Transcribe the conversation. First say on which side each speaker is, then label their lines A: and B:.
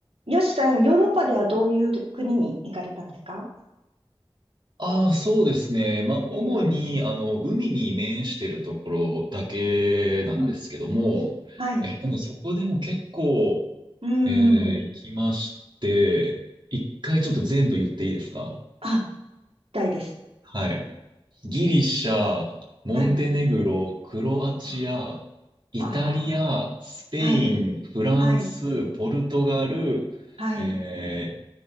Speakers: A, on the right; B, on the right.
A: よしさん、ヨーロッパではどういう国に行かれたんですか
B: ああ、そうですね。まあ、主に、
A: はい。
B: あの、海に面してるところだけなんですけども、
A: あ、はい。
B: えーでもそこでも結構、
A: うー
B: えー行きまして、
A: ん。
B: 一回ちょっと全部言っていいですか
A: あ、行たいです。
B: はい。ギリシャ、モンテネグロ、
A: はい。
B: クロアチア、
A: あ
B: イタリア、
A: あ
B: スペイン、
A: あ、はい。
B: フランス、
A: はい。
B: ポルトガル、
A: はい。
B: えー